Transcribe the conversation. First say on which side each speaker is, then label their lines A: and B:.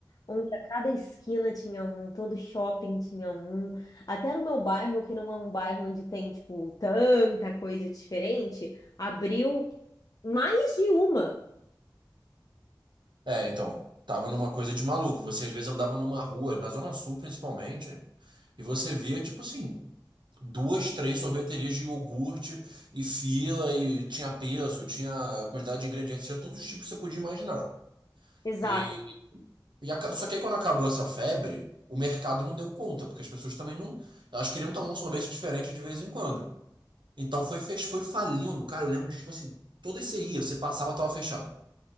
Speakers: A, on the left (about 50°); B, on the right (about 75°).
A: onde a cada esquina tinha um, todo shopping tinha um. Até no meu bairro, que não é um bairro onde tem, tipo, tanta coisa diferente, abriu mais de uma.
B: É, então, tava numa coisa de maluco. Você às vezes andava numa rua, na Zona Sul principalmente, e você via, tipo assim, duas, três sorveterias de iogurte e fila, e tinha peso, tinha quantidade de ingredientes, tinha todos os tipos que você podia imaginar.
A: Exato.
B: E, e aca- só que aí quando acabou essa febre, o mercado não deu conta, porque as pessoas também não. Elas queriam tomar um sorvete diferente de vez em quando. Então foi, fech- foi falindo, cara. Eu lembro de, tipo assim, toda você ia, você passava, tava fechado.